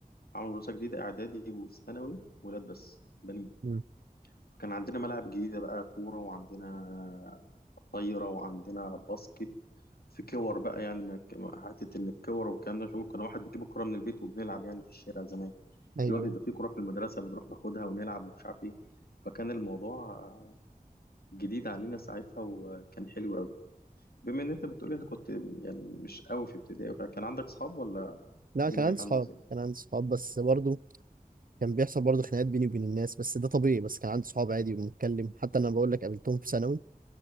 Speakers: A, on the left; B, on the right.
A: عملوا مدرسة جديدة إعدادي وثانوي ولاد بس بنين
B: مم.
A: فكان عندنا ملاعب جديدة بقى كورة وعندنا طايرة وعندنا باسكت في كور بقى يعني ما ما- حتة إن الكور والكلام ده شوف كنا واحد بيجيب الكورة من البيت وبنلعب يعني في الشارع زمان
B: ايوه
A: دلوقتي
B: أيوة.
A: ده في كرة في المدرسة بنروح ناخدها ونلعب ومش عارف ايه فكان الموضوع آه، جديد علينا ساعتها وكان حلو قوي بما ان انت بتقولي انت كنت يعني مش قوي في ابتدائي وكده، كان عندك صحاب ولا
B: لا
A: الدنيا
B: كان عندي
A: كانت
B: صحاب
A: عاملة ازاي؟
B: كان عندي صحاب بس برضه كان بيحصل برضه خناقات بيني وبين الناس بس ده طبيعي بس كان عندي صحاب عادي وبنتكلم حتى انا بقول لك قابلتهم في ثانوي